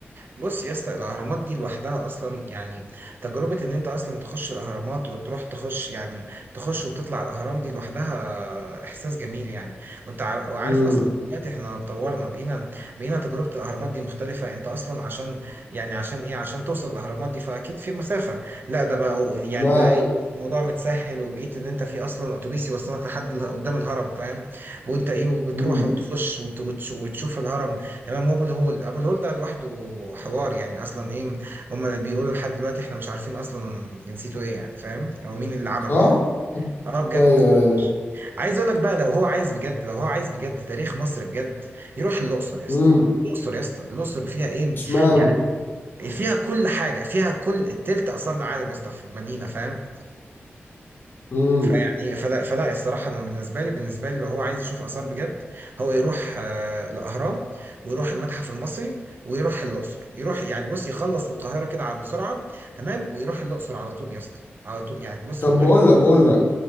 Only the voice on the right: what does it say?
بص يا اسطى الاهرامات دي لوحدها اصلا يعني تجربه ان انت اصلا تخش الاهرامات وتروح تخش يعني تخش وتطلع الاهرام دي لوحدها احساس جميل يعني وانت ع- وعارف
اصلا دلوقتي احنا اتطورنا بقينا بقينا تجربه الاهرامات دي مختلفه انت اصلا عشان يعني عشان ايه عشان توصل الاهرامات دي فاكيد في مسافه لا ده بقى يعني
بقى ايه
الموضوع متسهل وبقيت ان انت في اصلا اتوبيس يوصلك لحد ال- قدام الهرم فاهم وانت ايه وبتروح
وتخش وت- وتش- وتشوف الهرم تمام وابو الهول ابو الهول ده لوحده حوار يعني اصلا ايه هما بيقولوا لحد دلوقتي احنا مش عارفين اصلا جنسيته ايه يعني فاهم او مين اللي عمله
يعني اه بجد
عايز اقول لك بقى لو هو عايز بجد لو هو عايز بجد تاريخ مصر بجد يروح الاقصر يا اسطى
الاقصر يا اسطى الاقصر فيها ايه
يعني فيها كل حاجه فيها كل التلت اثار العالم يا اسطى في المدينه فاهم
فيعني فلا فلا الصراحة أنا بالنسبة لي بالنسبة لي لو هو عايز يشوف آثار بجد هو يروح آه، الأهرام ويروح المتحف المصري ويروح الأقصر يروح يعني بص يخلص القاهرة كده على- بسرعة تمام ويروح الأقصر على طول يا اسطى على طول يعني بص
من غير